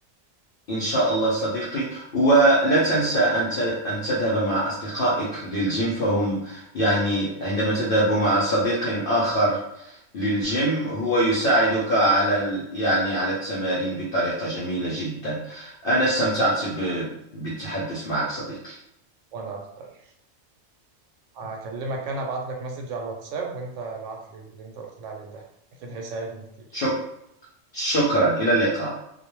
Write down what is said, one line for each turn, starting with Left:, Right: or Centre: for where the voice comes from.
Left: إن شاء الله صديقي ولا تنسى أن ت- أن تذهب مع أصدقائك للجيم فهم يعني عندما تذهب مع صديق آخر للجيم هو يساعدك على ال- يعني على التمارين بطريقة جميلة جدا أنا استمتعت ب- بالتحدث معك صديقي
Right: وانا اختار هكلمك انا ابعت لك مسج على الواتساب وانت ابعت لي اللي انت قلت لي عليه ده اكيد هيساعدني كتير
Left: شك شكرا إلى اللقاء